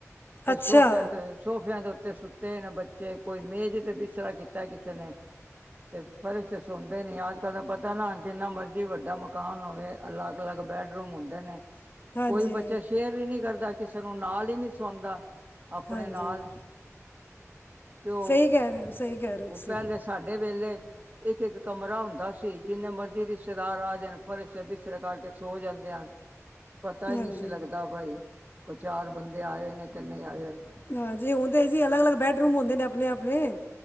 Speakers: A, on the right; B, on the left.
A: ਕੋਈ
B: ਅੱਛਾ
A: ਸੋਫੇ ਤੇ ਸੋਫਿਆਂ ਦੇ ਉੱਤੇ ਸੁੱਤੇ ਹੋਏ ਨੇ ਬੱਚੇ, ਕੋਈ ਮੇਜ ਤੇ ਬਿਸਤਰਾ ਕੀਤਾ ਕਿਸੇ ਨੇ। ਤੇ ਫਰਸ਼ ਤੇ ਸੋਣਦੇ ਨੀ। ਅੱਜ-ਕੱਲ ਦਾ ਪਤੈ ਨਾ ਜਿੰਨਾ ਮਰਜੀ ਵੱਡਾ ਮਕਾਨ ਹੋਵੇ, ਅਲੱਗ-ਅਲੱਗ ਬੈਡ ਰੂਮ ਹੁੰਦੇ ਨੇ।
B: ਹਾਂਜੀ
A: ਕੋਈ ਬੱਚਾ ਸ਼ੇਅਰ ਵੀ ਨੀ ਕਰਦਾ, ਕਿਸੇ ਨੂੰ ਨਾਲ ਹੀ ਨੀ ਸਵਾਂਦਾ। ਅਪਣੇ
B: ਹਾਂਜੀ
A: ਨਾਲ। ਉਹ
B: ਸਹੀ ਕੈ ਰੇ ਔ, ਸਹੀ ਕੈ ਰੇ
A: ਉਹ
B: ਔ ਤੁਸੀਂ।
A: ਪਹਿਲੇ ਤੇ ਸਾਡੇ ਵੇਲੇ ਇੱਕ-ਇੱਕ ਕਮਰਾ ਹੁੰਦਾ ਸੀ, ਜਿੰਨੇ ਮਰਜ਼ੀ ਰਿਸ਼ਤੇਦਾਰ ਆ ਜਾਣ ਫਰਸ਼ ਤੇ ਬਿਸਤਰ ਡਾ ਕੇ ਸੋ ਜਾਂਦੇ ਹਨ। ਪਤਾ ਹੀ
B: ਹਾਂਜੀ
A: ਨੀ ਸੀ ਲੱਗਦਾ ਬਾਈ ਕੋਈ ਚਾਰ ਬੰਦੇ ਆਏ ਹੋਏ ਨੇ ਕਿ ਨਹੀਂ ਆਏ ਹੋਏ।
B: ਹਾਂਜੀ, ਹੋਣ ਤੇ ਜੀ ਅਲੱਗ-ਅਲੱਗ ਬੈਡਰੂਮ ਹੁੰਦੇ ਨੇ ਅਪਣੇ-ਅਪਣੇ।